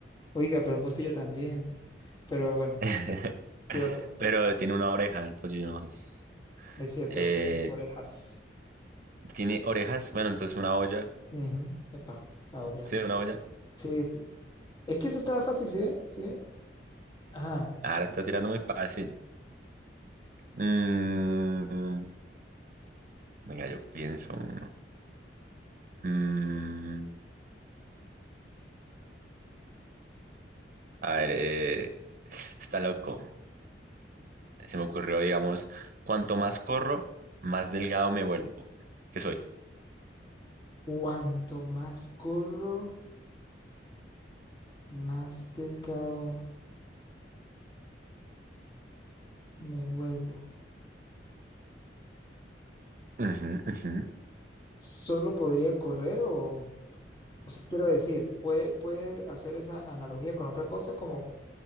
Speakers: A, on the left; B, on the right.
A: Oiga, pero un pocillo también. Pero bueno,
B: <laughs>
A: ¿qué otra?
B: Pero tiene una oreja el pocillo nomás.
A: Es cierto,
B: Eh,
A: son orejas.
B: tiene orejas, bueno, entonces una olla.
A: Ujú. Epa, ah, ya.
B: Sí, una olla.
A: Sí, sí. Es que eso estaba fácil, ¿sí ve? ¿Sí ve? Ajá.
B: Ahora está tirando muy fácil. Mm, venga, yo pienso uno. Mm, a ver, eh, está loco. Se me ocurrió, digamos, cuanto más corro, más delgado me vuelvo. ¿Qué soy?
A: Cuanto más corro, más delgado me vuelvo.
B: Ujú, ujú.
A: ¿Solo podría correr o...? O sea, quiero decir, ¿puede, puede hacer esa analogía con otra cosa? Como,